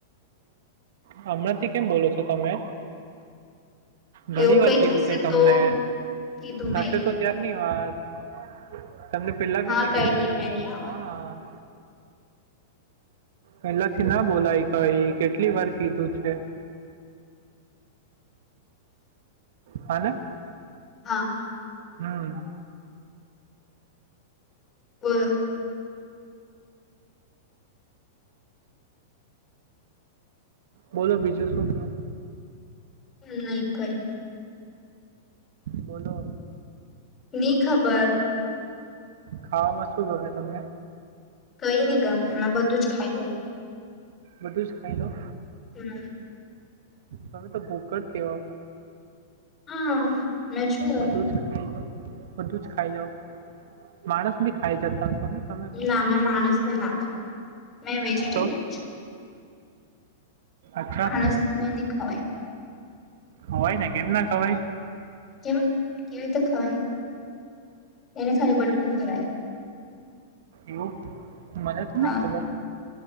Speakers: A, on the right; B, on the left.
A: હમણાં થી કેમ બોલો છો તમે. ઘણી
B: એવું કઈ
A: વાર કીધું
B: થશે
A: છે તમને
B: તો કીધું
A: થશે
B: મેં એ
A: તો ત્યાં <unintelligible> તમને પેલા
B: હા
A: બી મેં
B: કઈ
A: કીધું.
B: નહી મેં નહી આવા
A: હા. પેલાથી ના બોલાય કઈ કેટલી વાર કીધું છે. હાલે.
B: હા.
A: હમ.
B: બોલો.
A: બોલો બીજું શું કો.
B: હમ કઈ નહી.
A: બોલો.
B: ની ખબર
A: ખાવામાં શું ગમે તમને.
B: કઈ નહી ગામે એમાં બધું જ ખાઈ.
A: બધું જ ખાઈ લો
B: હમ.
A: તમે તો ભૂકટ કેવા
B: હા મેં છું હમ
A: બધું જ ખાઈ જા બધું જ ખાઈ જાવ. માણસ બી ખાઈ જતા હશો ને તમે તો
B: ના મેં માણસને ના ખાવ મેં વેજિટેરિયન
A: તો?
B: છું.
A: અચ્છા.
B: માણસ નહી ખવાય
A: ખવાય ને કેમ ના ખવાય.
B: કેમ કેવી રીતે ખવાય એને ખલી બટકું ભરાય
A: એવું મને તો નહી
B: હા
A: ખબર.